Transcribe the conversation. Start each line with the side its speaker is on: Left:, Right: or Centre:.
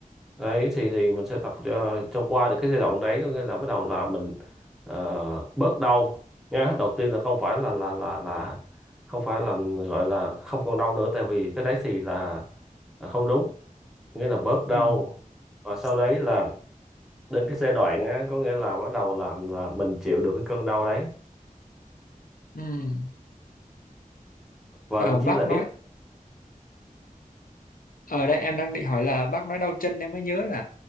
Centre: đấy thì thì mình sẽ tập cho, cho qua được cái giai đoạn đấy có nghĩa là bắt đầu là mình ờ, bớt đau nhá đầu tiên là không phải là là là là không phải là gọi là không còn đau nữa tại vì cái đấy thì là không đúng nghĩa là bớt đau
Left: ừm,
Centre: và sau đấy là đến cái giai đoạn á, có nghĩa là bắt đầu làm là mình chịu được cái cơn đau đấy
Left: ừm.
Centre: và
Left: Ờ,
Centre: thậm
Left: bác
Centre: chí là
Left: nói,
Centre: ít
Left: ở đây em đang định hỏi là bác nói đau chân em mới nhớ là